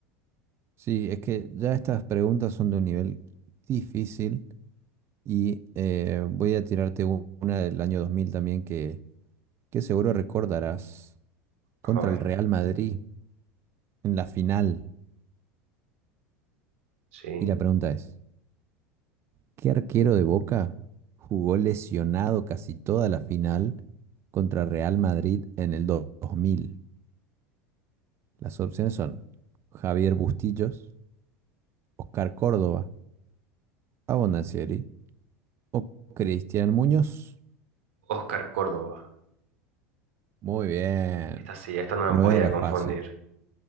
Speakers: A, on the right; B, on the right.
A: Sí, es que ya estas preguntas son de un nivel difícil y eh, voy a tirarte u- una del año 2000 también que, que seguro recordarás contra
B: A ver,
A: el Real Madrid en la final.
B: sí.
A: Y la pregunta es, ¿qué arquero de Boca jugó lesionado casi toda la final contra Real Madrid en el do- dos mil Las opciones son Javier Bustillos, Oscar Córdoba, Abondanzieri o Cristian Muñoz.
B: Oscar Córdoba.
A: Muy bien.
B: Esta sí, esta no
A: No
B: me podía
A: era
B: confundir.
A: fácil.